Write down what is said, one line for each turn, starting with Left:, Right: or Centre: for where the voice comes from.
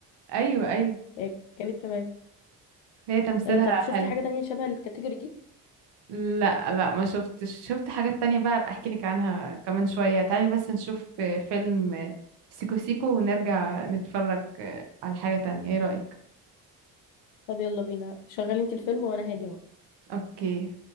Right: <laughs> ايوه ايوه
Left: هي كانت تمام
Right: هي تمثيلها
Left: آه طب شفتي
Right: حلو
Left: حاجة تانية شبه الكاتيجوري دي
Right: لا لا ما شفتش شفت حاجات تانية بقى ابقى احكي لك عنها كمان شوية تعالي بس نشوف فيلم سيكو سيكو ونرجع نتفرج على حاجة تانية ايه رأيك
Left: طب يلا بينا شغلي انت الفيلم وانا هاجي اهو
Right: اوكي